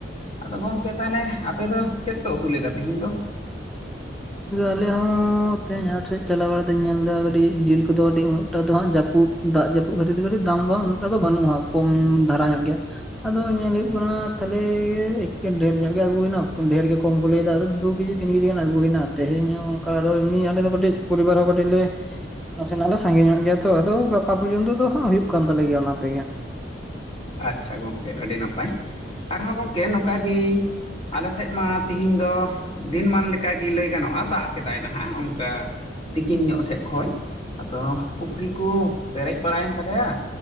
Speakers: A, on the left (about 30°); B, in the centre.
A: ᱟᱫᱚ ᱜᱚᱢᱠᱮ ᱛᱟᱦᱚᱞᱮ ᱟᱯᱮ ᱫᱚ ᱪᱮᱫ ᱯᱮ ᱩᱛᱩ ᱞᱮᱫᱟ ᱛᱤᱦᱤᱧ ᱫᱚ
B: ᱟᱞᱮ ᱦᱚᱸ ᱛᱮᱦᱮᱧ ᱦᱟᱴ ᱥᱮᱫ ᱪᱟᱞᱟᱣ ᱵᱟᱲᱟ ᱛᱮᱧ ᱧᱮᱞ ᱮᱫᱟ ᱠᱟᱹᱴᱤᱡ ᱡᱤᱞ ᱠᱚᱫᱚ ᱟᱹᱰᱤ ᱩᱱᱟᱹᱴᱟᱜ ᱫᱚ ᱦᱟᱸᱜ ᱡᱟᱹᱯᱩᱫ ᱫᱟᱜ ᱡᱟᱹᱯᱩᱫ ᱠᱷᱟᱹᱛᱤᱨ ᱛᱮ ᱠᱟᱹᱴᱤᱡ ᱫᱟᱢ ᱫᱚ ᱩᱱᱟᱹᱜᱴᱟ ᱫᱚ ᱵᱟᱹᱱᱩᱜᱼᱟ ᱠᱚᱢ ᱫᱷᱟᱨᱟ ᱧᱚᱜ ᱜᱮᱭᱟ <unintelligible> ᱟᱫᱚ ᱧᱮᱞ ᱦᱳᱭᱳᱜ ᱠᱟᱱᱟ ᱛᱟᱦᱚᱞᱮ ᱮᱠᱮᱱ ᱰᱷᱮᱨ ᱧᱚᱜ ᱜᱮ ᱟᱹᱜᱩᱭᱮᱱᱟ ᱰᱷᱮᱨ ᱜᱮ ᱠᱚᱢ ᱠᱚ ᱞᱟᱹᱭ ᱮᱫᱟ ᱟᱫᱚ ᱫᱩ ᱠᱮᱡᱤ ᱛᱤᱱ ᱠᱮᱡᱤ ᱜᱟᱱ ᱟᱹᱜᱩᱭᱮᱱᱟ ᱛᱮᱦᱮᱧ ᱦᱚᱸ ᱚᱱᱠᱟ ᱮᱢᱱᱤ ᱟᱞᱮ ᱫᱚ ᱠᱟᱹᱴᱤᱡ ᱯᱚᱨᱤᱵᱟᱨ ᱦᱚᱸ ᱠᱟᱹᱴᱤᱡ ᱞᱮ ᱱᱟᱥᱮᱱᱟᱜ ᱞᱮ ᱥᱟᱸᱜᱮ ᱧᱚᱜ ᱜᱮᱭᱟ ᱛᱚ ᱟᱫᱚ ᱜᱟᱯᱟ ᱯᱚᱨᱡᱚᱱᱛᱚ ᱫᱚ ᱦᱟᱸᱟᱜ ᱦᱩᱭᱩᱜ ᱠᱟᱱ ᱛᱟᱞᱮ ᱜᱮᱭᱟ ᱚᱱᱟ ᱛᱮᱜᱮ ᱦᱟᱸᱜ
A: ᱟᱪᱪᱷᱟ ᱜᱚᱝᱠᱮ ᱟᱹᱰᱤ ᱱᱟᱯᱟᱭ ᱟᱨᱦᱚᱸ ᱜᱚᱝᱠᱮ ᱱᱚᱝᱠᱟ ᱜᱮ ᱟᱞᱮ ᱥᱮᱫ ᱢᱟ ᱛᱮᱦᱤᱧ ᱫᱚ ᱫᱤᱱᱢᱟᱱ ᱞᱮᱠᱟᱜᱮ ᱞᱟᱹᱭ ᱜᱟᱱᱚᱜᱼᱟ ᱫᱟᱜ ᱠᱮᱫᱟᱭ ᱱᱟᱦᱟᱜ ᱚᱱᱠᱟ ᱛᱤᱠᱤᱱ ᱧᱚᱜ ᱥᱮᱫ ᱠᱷᱚᱱ ᱟᱫᱚ ᱯᱩᱠᱷᱨᱤ ᱠᱚ ᱯᱮᱨᱮᱡ ᱵᱟᱲᱟᱭᱮᱱ ᱛᱟᱞᱮᱭᱟ